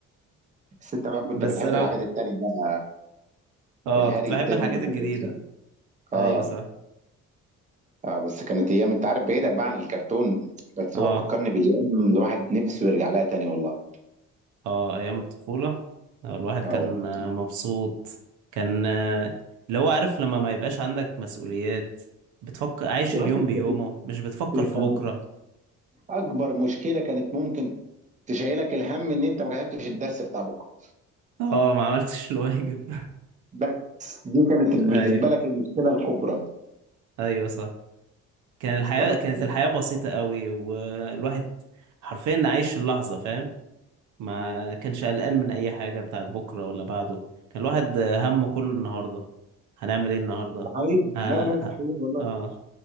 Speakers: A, on the right; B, on the right.
A: بس انت بقى كنت
B: بس
A: بتحب
B: انا
A: الحاجات التانية بقى
B: اه
A: الهري
B: كنت بحب
A: التاني
B: الحاجات
A: انت
B: الجديدة
A: كنت بتحبه
B: ايوه
A: اه
B: صح
A: اه بس كانت ايام انت عارف بعيدا بقى عن الكرتون بس
B: اه
A: هو فكرني بايام الواحد نفسه يرجع لها تاني والله
B: اه ايام الطفولة آه، الواحد كان
A: اه والله
B: آه، مبسوط كان آه، اللي هو عارف لما ما يبقاش عندك مسؤوليات بتفكر عايش
A: يا
B: اليوم
A: باشا انت
B: بيومه
A: كنت
B: مش بتفكر في
A: كانت
B: بكرة
A: اكبر مشكله كانت ممكن تشيلك الهم ان انت ما كتبتش الدرس بتاع بكره
B: اه ما عملتش الواجب
A: بس دي كانت
B: <laughs>
A: بالنسبة
B: ايوه
A: لك المشكلة الكبرى
B: ايوه صح كان الحياة
A: أصلا لك
B: كانت
A: يعني.
B: الحياة بسيطة قوي والواحد حرفيا عايش اللحظة فاهم ما كانش قلقان من اي حاجه بتاعت بكره ولا بعده كان الواحد همه كله النهارده هنعمل ايه النهارده
A: ده حقيقي
B: ها
A: لا لا ده
B: ها
A: حقيقي والله
B: اه